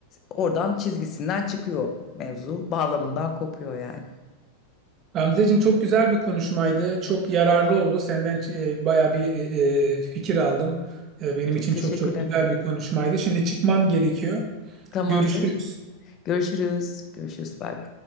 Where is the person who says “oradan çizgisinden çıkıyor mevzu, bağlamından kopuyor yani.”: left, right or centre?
Left